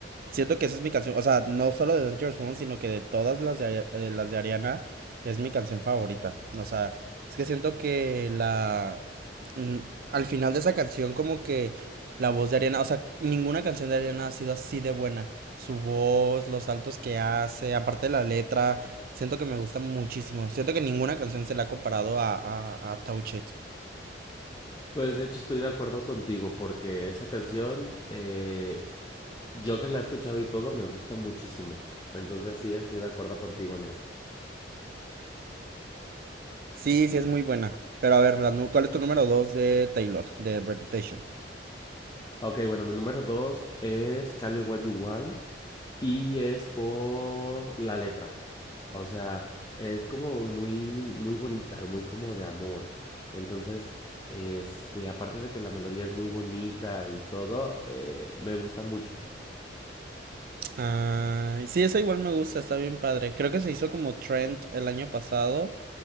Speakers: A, on the right; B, on the left.
A: Siento que esa es mi canción, o sea, no solo de Don't Your sino que de todas las de, Ari- eh, las de Ariana, es mi canción favorita. O sea, es que siento que la... mm, Al final de esa canción, como que la voz de Ariana, o sea, ninguna canción de Ariana ha sido así de buena. Su voz, los saltos que hace, aparte de la letra. Siento que me gusta muchísimo. Siento que ninguna canción se la ha comparado a, a, a Touch It.
B: Pues de hecho estoy de acuerdo contigo porque esa canción, eh, yo que la he escuchado y todo, me gusta muchísimo. Entonces sí, estoy de acuerdo contigo en esa.
A: Sí, sí es muy buena. Pero a ver, la nu- ¿cuál es tu número 2 de Taylor, de Reputation?
B: Ok, bueno, mi número dos es Call It What You Want y es por la letra. O sea, es como muy, muy bonita, muy como de amor. Entonces, este, aparte de que la melodía es muy bonita y todo, eh, me gusta mucho.
A: Ay, sí, esa igual me gusta, está bien padre. Creo que se hizo como trend el año pasado,